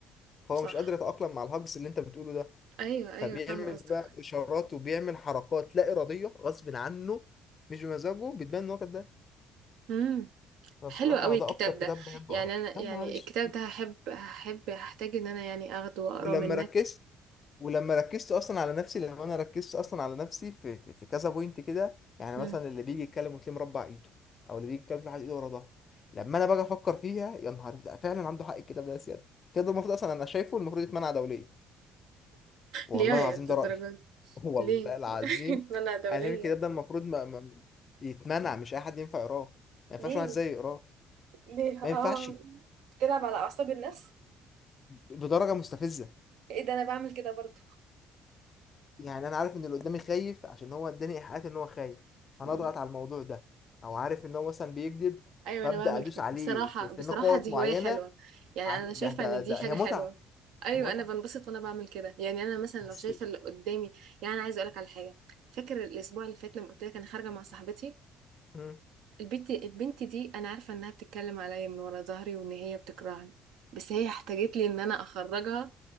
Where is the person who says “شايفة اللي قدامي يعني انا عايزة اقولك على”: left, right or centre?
Right